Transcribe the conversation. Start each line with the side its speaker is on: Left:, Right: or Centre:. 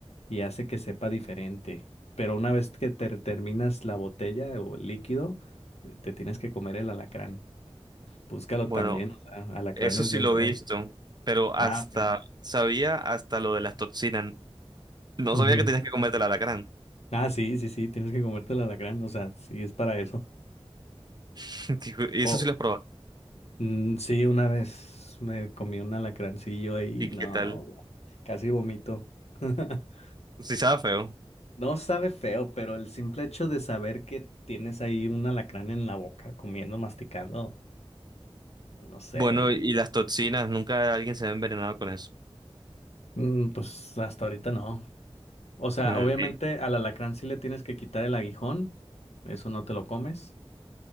Left: y hace que sepa diferente. Pero una vez que te terminas la botella o el líquido, te tienes que comer el alacrán. Búscalo
Right: Bueno,
Left: también, o sea, alacranes
Right: eso sí
Left: dentro.
Right: lo he visto, pero hasta
Left: Ah, ok.
Right: sabía hasta lo de las toxinas. No
Left: Ujú.
Right: sabía que tenías que comerte el alacrán.
Left: Ah, sí, sí, sí, tienes que comerte el alacrán, o sea, sí es para eso.
Right: <laughs> Y
Left: O
Right: eso sí lo he probado.
Left: Mm, sí, una vez me comí un alacrancillo ahí,
Right: ¿Y qué
Left: no,
Right: tal?
Left: gu- casi vomito. <laughs>
Right: Sí sabe feo.
Left: No sabe feo, pero el simple hecho de saber que tienes ahí un alacrán en la boca, comiendo, masticando, no sé,
Right: Bueno, y las toxinas, nunca alguien se ha envenenado con eso.
Left: mm, pues hasta ahorita no. O sea,
Right: Eh,
Left: obviamente
Right: sí.
Left: al alacrán sí le tienes que quitar el aguijón, eso no te lo comes.